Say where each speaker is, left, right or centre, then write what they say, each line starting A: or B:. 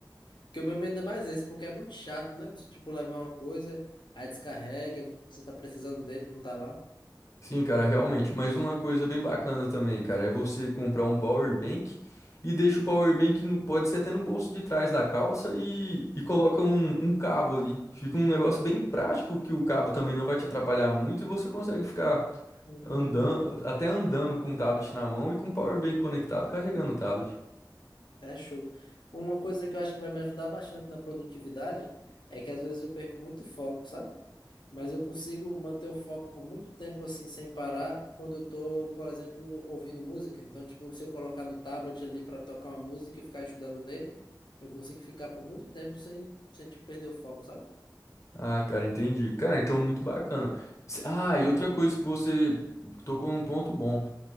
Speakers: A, on the left (about 85°); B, on the left (about 40°).
A: Porque o meu medo é mais esse, porque é muito chato, né? Você, tipo, levar uma coisa, aí descarrega, você tá precisando dele, não tá lá.
B: Sim, cara, realmente. Mas uma coisa bem bacana também, cara, é você comprar um power bank e deixa o power bank no, pode ser até no bolso de trás da calça e, e coloca um, um cabo ali. Fica um negócio bem prático que o cabo também não vai te atrapalhar muito e você consegue ficar
A: Hum.
B: andando, até andando com o tablet na mão e com o power bank conectado carregando o tablet.
A: É show. Uma coisa que eu acho que vai me ajudar bastante na produtividade é que às vezes eu perco muito foco, sabe? Mas eu consigo manter o foco por muito tempo assim, sem parar, quando eu tô, por exemplo, ouvindo música. Então, tipo, se eu colocar no tablet ali para tocar uma música e ficar estudando nele, eu consigo ficar por muito tempo sem, sem tipo, perder o foco, sabe?
B: Ah, cara, entendi. Cara, então muito bacana. S- Ah, e outra coisa que você tocou num ponto bom.